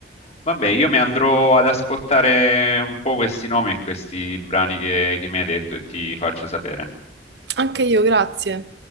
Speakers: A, on the left; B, on the right.
A: Vabbè, io mi andrò ad ascoltare un po' questi nomi e questi brani che che mi hai detto e ti faccio sapere.
B: Anche io, grazie.